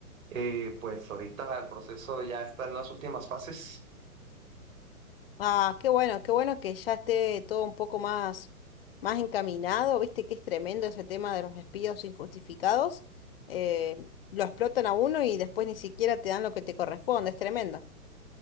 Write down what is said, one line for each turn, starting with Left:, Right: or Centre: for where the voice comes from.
Right: Y pues ahorita el proceso ya está en las últimas fases.
Left: Ah, qué bueno, qué bueno que ya esté todo un poco más, más encaminado. Viste que es tremendo ese tema de los despidos injustificados. Eh, lo explotan a uno y después ni siquiera te dan lo que te corresponde. Es tremendo.